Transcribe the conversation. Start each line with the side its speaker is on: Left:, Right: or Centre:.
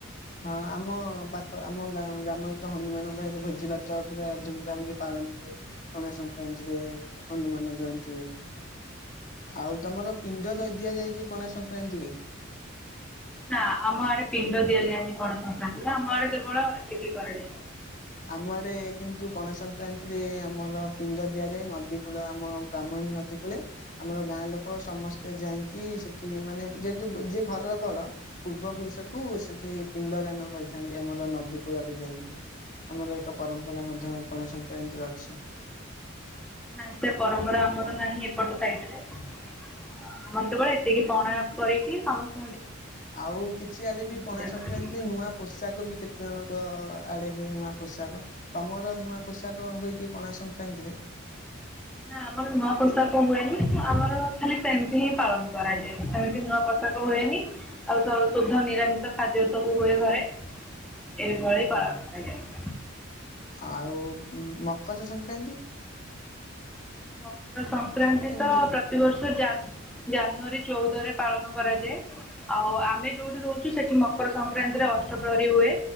Left: ହଁ ଆମ ପାଖ ଆମ ଗା ଗ୍ରାମରେ ତ ହନୁମାନ ପାଖେରେ ଭୋଜିଭାତ ପୁରା ଧୁମଧାମ୍ ରେ ପାଳନ୍ତି। ପଣା ସଂକ୍ରାନ୍ତିରେ ହନୁମାନ ଜୟନ୍ତୀ ହୁଏ। ଆଉ ତମର ପିଣ୍ଡ ଦ-ଦିଆଯାଏ କି ପଣା ସଂକ୍ରାନ୍ତିରେ?
Centre: ନା ଆମ ଆଡେ ପିଣ୍ଡ ଦିଆଯାଏନି ପଣା ସଂକ୍ରାନ୍ତିରେ, ଆମ ଆଡେ କେବଳ ଏତିକି କରାଯାଏ।
Left: ଆମ ଆଡେ କିନ୍ତୁ ପଣା ସଂକ୍ରାନ୍ତିରେ ଆମର ପିଣ୍ଡ ଦିଆଯାଏ, ନଦୀ କୂଳ ଆମ ବ୍ରାହ୍ମଣୀ ନଦୀ କୂଳେ ଆମର ଗାଁ ଲୋକ ସମସ୍ତେ ଯାଇଁକି ସେଠି ମାନେ ଯେହେତୁ ଯିଏ ଘରର ବଡ ପୂର୍ବପୁରୁଷ କୁ ସେଠି ପିଣ୍ଡ ଦାନ କରିଥାନ୍ତି ଆମର ନଦୀ କୂଳରେ ଯାଇଁକି। ଆମର ଏକ ପରମ୍ପରା ମଧ୍ୟ ପଣା ସଂକ୍ରାନ୍ତିରେ ଅଛି।
Centre: ନାଇ ସେ ପରମ୍ପରା ଆମର ନାହିଁ ଏପଟ ସାଇଟରେ ଆମର ତ କେବଳ ଏ ସେତିକି ପଣା କରିକି ସମସ୍ତ
Left: ଆଉ କିଛି ଆଡେ ବି ପଣା
Centre: ପୂଜା
Left: ସଂକ୍ରାନ୍ତି
Centre: କରାଯାଏ।
Left: ନୂଆ ପୋଷାକ ବି କେତେଜଣଙ୍କ ଆଡ଼େ ହୁଏ ନୂଆ ପୋଷାକ। ତମର ନୂଆ ପୋଷାକ ହୁଏ କି ପଣା ସଂକ୍ରାନ୍ତିରେ?
Centre: ନା ଆମର ନୂଆ ପୋଷାକ ହୁଏନି ଆମର ଖାଲି ସେମିତି ହିଁ ପାଳନ କରାଯାଏ ସେମିତି ନୂଆ ପୋଷା ପୋଷାକ ହୁଏନି ଆଉ ଶ ଶୁଦ୍ଧ ନିରାମିଷ ଖାଦ୍ୟ ସବୁ ହୁଏ ଘରେ। ଏଇଭଳି
Left: ହଁ।
Centre: ପାଳନ ଆଜ୍ଞା।
Left: ଆଉ ମକର ସଂକ୍ରାନ୍ତି?
Centre: ମକର ସଂକ୍ରାନ୍ତି
Left: କେମିତି
Centre: ତ ପ୍ରତିବର୍ଷ ଜାନ ଜାନୁଆରୀ ଚଉଦରେ ପାଳନ କରାଯାଏ। ଆଉ ଆମେ ଯୋଉଠି ରହୁଚୁ ସେଠି ମକର ସଂକ୍ରାନ୍ତିରେ ଅଷ୍ଟପ୍ରହରୀ ହୁଏ।